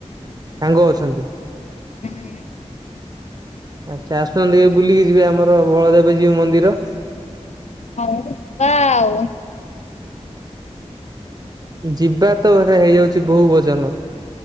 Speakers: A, on the right; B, on the left.
A: ସାଙ୍ଗ ଅଛନ୍ତି?
B: ହୁଁ
A: ଆଚ୍ଛା ଆସୁନାନ୍ତି କେବେ ବୁଲିକି ଯିବେ ଆମର ବଳଦେବଜୀଉ ମନ୍ଦିର?
B: ହଉ ଆଉ।
A: ଯିବା ତ ଏଟା ହେଇଯାଉଛି ବହୁ ଓଜନ।